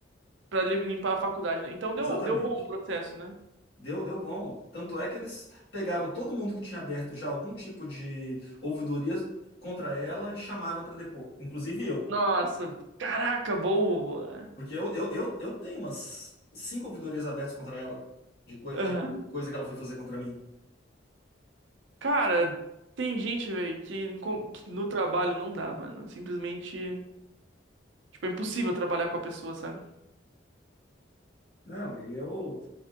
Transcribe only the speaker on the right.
Pra li- limpar a faculdade, né? Então deu,
deu bom o processo, né?
Nossa, caraca, boa.
Aham.
Cara, tem gente, velho, que, enco- que no trabalho não dá, mano. Simplesmente, tipo, é impossível trabalhar com a pessoa, sabe?